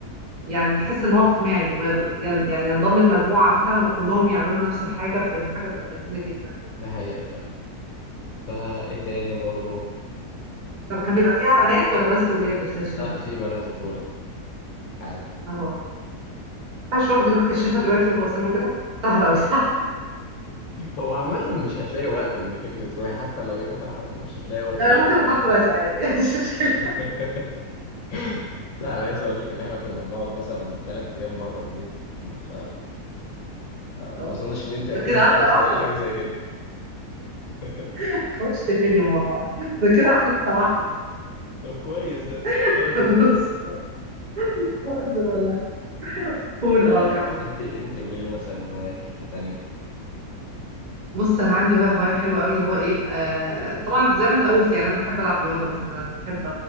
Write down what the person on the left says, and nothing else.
ده حقيقة فعلا فإيه تاني برضه
لا في بنات وفي ولاد عادي
هو عامة مش هتلاقي وقت انك انت تروحي حتى لو ينفع فاهم مش هتلاقي وقت
ان
هو
انت
تروحي
<laughs> لا انا عايز اقول لك ان احنا كنا بنقعد مثلا بالثلاث ايام بره البيت ف ما
اظنش ان انت اكيد
هتعرفي
تعملي حاجة زي كده <laughs>
طب كويس ده
حلو
آه،
انت انت قولي لي مثلا هوايات ليكي تانية